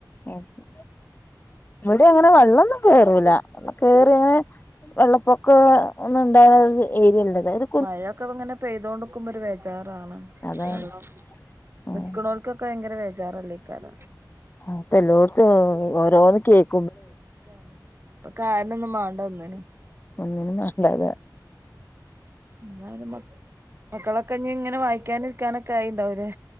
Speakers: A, on the left; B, on the right.
A: ഓകെ ഇവിടെ അങ്ങനെ വെള്ളൊന്നും കേയറൂല വെള്ളം കേറി അങ്ങനെ വെള്ളപ്പൊക്കോ ഒന്നും ഉണ്ടാകർജി ഏരിയല്ല അതായത്
B: മഴയൊക്കെ ഇങ്ങനെ പെയ്തോണ്ടിക്കുമ്പോ ഒരു വേചാറാണ്
A: അതാണ്
B: വെള്ളം
A: ഉം
B: നിക്ക്ണോൽക്കൊക്കെ ഭയങ്കര വബേചാറല്ലേക്കാരം
A: ഇപ്പൊ എല്ലോട്ത്തും ഓരോന്ന് കേക്
B: ഇപ്പൊ കാര്ണൊന്നും മാണ്ട ഒന്നിനും
A: ഒന്നിനും വേണ്ടാതെ
B: എന്ന മ മക്കളൊക്കെ ഇഞ് ഇങ്ങനെ വായിക്കാന് ക്കാനൊക്കെ ആയിണ്ടാവും ലേ